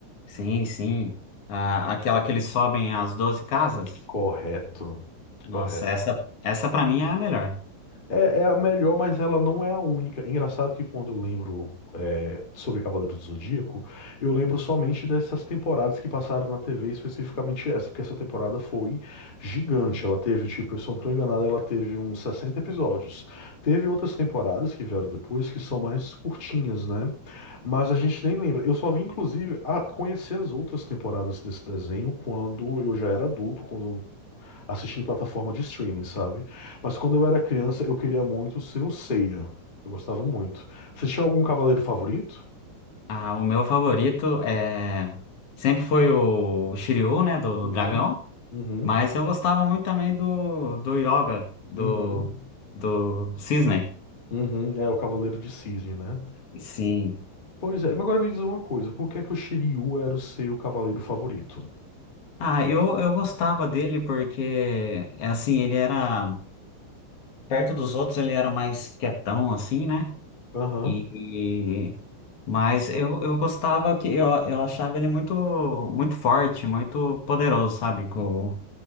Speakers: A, on the left (about 65°); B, on the left (about 20°).
A: Sim, sim. A- aquela que eles sobem as 12 casas.
B: Correto,
A: Nossa,
B: Correto.
A: essa, essa para mim é a melhor.
B: É, é a melhor, mas ela não é a única. Engraçado que quando eu lembro é, sobre Cavaleiros do Zodíaco, eu lembro somente dessas temporadas que passaram na TV, especificamente essa, porque essa temporada foi gigante. Ela teve, tipo, se eu não estou enganado, ela teve uns 60 episódios. Teve outras temporadas que vieram depois que são mais curtinhas, né? Mas a gente nem lembra. Eu só vim, inclusive, a conhecer as outras temporadas desse desenho quando eu já era adulto, quando assistir em plataforma de streaming, sabe? Mas quando eu era criança, eu queria muito ser o Seiya. Eu gostava muito. Você tinha algum cavaleiro favorito?
A: Ah, o meu favorito é sempre foi o Shiryu, né, do
B: Uhum.
A: dragão,
B: Uhum.
A: mas eu gostava muito também do, do Yoga, do,
B: Uhum.
A: do Cisne.
B: Uhum. É o Cavaleiro de Cisne, né?
A: Sim.
B: Pois é, mas agora me diz uma coisa, por que é que o Shiryu era o seu cavaleiro favorito?
A: Ah, eu, eu gostava dele porque, é assim, ele era, perto dos outros ele era mais quietão, assim, né,
B: Aham.
A: e, e- mas eu, eu gostava que, eu, eu achava ele muito, muito forte, muito poderoso, sabe, com,